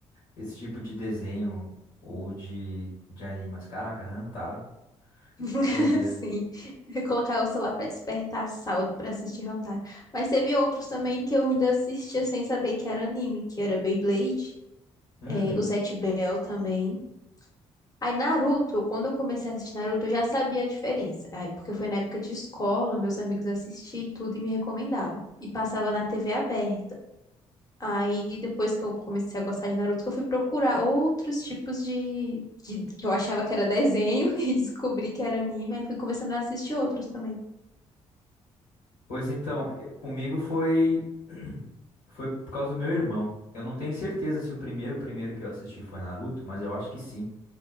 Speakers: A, on the left; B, on the left.
A: esse tipo de desenho ou de, de anime. Mas caraca, Hantaro,
B: <laughs>
A: doideira.
B: Sim, eu ia colocar o celular pra despertar sábado pra assistir Hunter. Mas teve outros também que eu ainda assistia sem saber que era anime, que era Beyblade,
A: Uhum.
B: eh, o Zatch Bell também. Aí Naruto, quando eu comecei a assistir Naruto, eu já sabia a diferença. Aí, porque foi na época de escola, meus amigos assistiam e tudo e me recomendavam. E passava na TV aberta. Aí depois que eu comecei a gostar de Naruto, que eu fui procurar outros tipos de, de- que eu achava que era desenho <laughs> e descobri que era anime, aí fui começando a assistir outros também.
A: Pois então, eh, comigo foi <clears throat> foi por causa do meu irmão. Eu não tenho certeza se o primeiro, o primeiro que eu assisti foi Naruto, mas eu acho que sim.